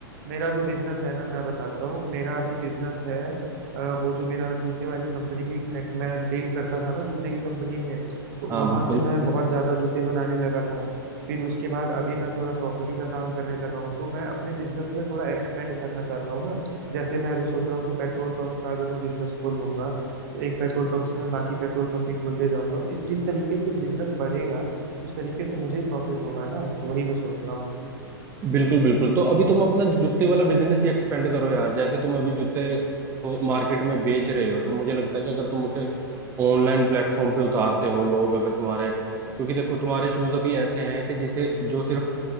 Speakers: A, on the right; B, on the right.
A: मेरा जो बिजनेस है ना मैं बताता हूँ मेरा अभी बिजनेस है अ, वो जो मेरा जूते वाली कंपनी की फैक्ट मैं डील करता था ना जूते की कंपनी में तो
B: हाँ
A: वहां
B: बिल्कुल
A: से मैं बहुत ज्यादा जूते बनाने लगा था फिर उसके बाद अभी मैं थोड़ा प्रॉपर्टी का काम करने लगा हूँ तो मैं अपने बिजनेस में थोड़ा एक्सपेंड करना चाहता हूँ ना जैसे मैं अभी सोच रहा हूँ कि पेट्रोल पंप का अगर मैं बिजनेस खोल लूंगा तो एक पेट्रोल पंप से मैं बाकी पेट्रोल पंप भी खोलते जाऊंगा तो इस जिस तरीके से बिजनेस बढ़ेगा उस तरीके से मुझे ही प्रॉफिट होगा ना तो वही मैं सोच रहा हूँ
B: बिल्कुल बिल्कुल तो अभी तुम अपना जूते वाला बिजनेस ही एक्सपेंड करो यार जैसे तुम अभी जूते मार्केट में बेच रहे हो तो मुझे लगता है कि अगर तुम उसे ऑनलाइन प्लेटफॉर्म पे उतारते हो लोग अगर तुम्हारे क्योंकि देखो तुम्हारे शूज अभी ऐसे हैं कि जिसे जो सिर्फ